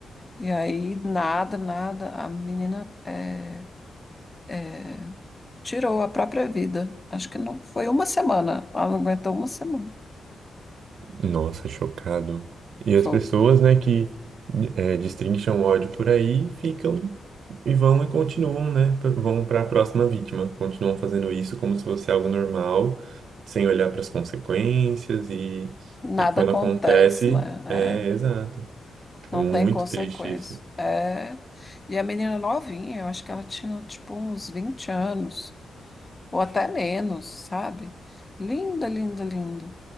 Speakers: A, on the left; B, on the right.
A: E aí, nada, nada, a menina. é, é, tirou a própria vida. Acho que não foi uma semana. Ela não aguentou uma semana.
B: Nossa, chocado. E
A: Foi.
B: as pessoas, né, que é, destrincham ódio por aí ficam e vão e continuam, né, p- vão para a próxima vítima. Continuam fazendo isso como se fosse algo normal, sem olhar para as consequências e,
A: Nada
B: e quando
A: acontece,
B: acontece,
A: né?
B: é
A: É,
B: exato.
A: não
B: É muito
A: tem consequência.
B: triste isso.
A: É, e a menina novinha, eu acho que ela tinha tipo uns 20 anos, ou até menos, sabe? Linda, linda, linda.